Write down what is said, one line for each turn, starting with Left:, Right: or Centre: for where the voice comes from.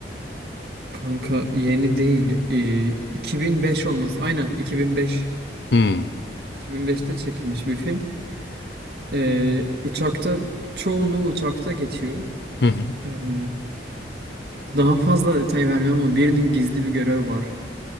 Right: Kanka yeni değil. E, 2005 olması. Aynen 2005.
Left: Hmm.
Right: 2005'te çekilmiş bir film. Ee, uçakta çoğunluğu uçakta geçiyor.
Left: Hı hı.
Right: Ee, daha fazla detay vermiyorum ama birinin gizli bir görevi var.